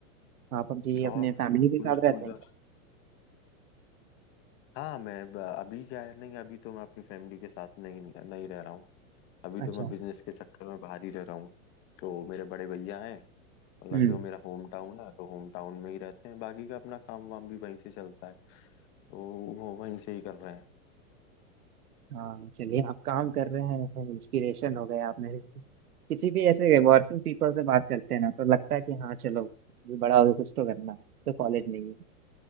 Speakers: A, on the right; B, on the left.
A: आप अभी
B: और
A: अपने
B: स्कूल
A: फैमिली के साथ
B: स्कूल
A: रहते हैं
B: का
A: क्या
B: हाँ मैं ब- अभी क्या है नहीं अभी तो मैं अपनी फैमिली के साथ नहीं नहीं रह रहा हूँ अभी
A: अच्छा
B: तो मैं बिजनेस के चक्कर में बाहर ही रह रहा हूँ तो मेरे बड़े भैया हैं मतलब
A: हम्म
B: जो मेरा होम टाउन है तो होम टाउन में ही रहते हैं बाकी का अपना काम वाम भी वहीं से चलता है तो वो वहीं से ही कर रहे हैं
A: हाँ चलिए आप काम कर रहे हैं इंस्पिरेशन हो गए आप मेरे लिए। किसी भी ऐसे वर्किंग पीपल से बात करते हैं ना तो लगता है कि हाँ चलो ये बड़ा हो गया कुछ तो करना है तो कॉलेज नहीं है